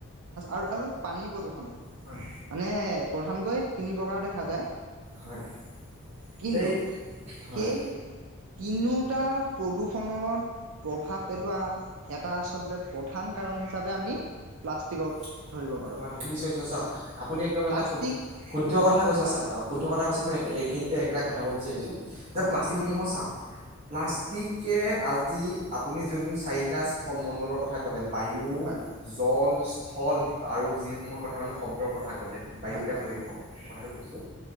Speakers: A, on the right; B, on the right.
A: আৰু আৰু পানী প্ৰদূৰ্ষন
B: হয়।
A: মানে প্ৰধানকৈ তিনি প্ৰকাৰ দেখা যায়।
B: হয়
A: কিন্তু
B: দেই হয়
A: সেই তিনিওটা প্ৰদূষন ফোনত প্ৰভাৱ পেলোৱা এটা আচলতে, প্ৰধান কাৰণ হিচাপে আমি প্লাষ্টিকক,
B: হয়',
A: ধৰিব পাৰো
B: -হয়', নিশ্চয়-নিশ্চয় চাওক আপুনি
A: হয়
B: একদম
A: প্লাষ্টিক
B: এটা শুদ্ধ কথা কৈছে,
A: হয়
B: অহ',
A: হয়
B: শুদ্ধ কথা কৈছে। মই এইখিনিতে একেটা কথা কব বিচাৰিছোঁ, যে',
A: হয়
B: প্লাষ্টিক সমূহৰ চাক প্লাষ্টিকে
A: হয়
B: আজি আপুনি যোন চাৰিটা সম- মণ্ডলৰ কথা ক'লে, বায়ু
A: হয়
B: জল, ফল। আৰু যিসমূহৰ কথা ক'লে শব্দৰ কথা,
A: হয়
B: বায়ুতে
A: হয় হয়
B: পৰিব
A: হয়
B: কথাটো কৈছো,